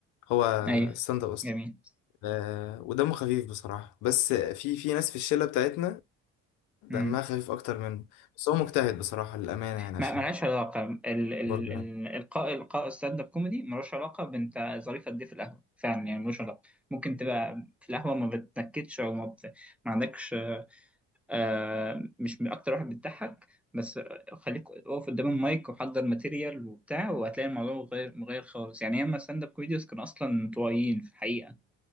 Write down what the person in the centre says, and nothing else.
ايوه
جميل
امم
ما ملهاش علاقة ال ال
ال
القاء القاء ستاند اب كوميدي ملوش علاقة بنت ظريفة قد ايه في القهوة فعلا يعني ملوش علاقة ممكن تبقى في القهوة ما بتنكدش او ما بت... ما عندكش آه، مش من اكتر واحد بتضحك بس خليك اقف قدام المايك وحضر ماتيريال وبتاع وهتلاقي الموضوع غير مغير خالص يعني ياما ستاند اب كوميديوز كانوا اصلا انطوائيين في الحقيقه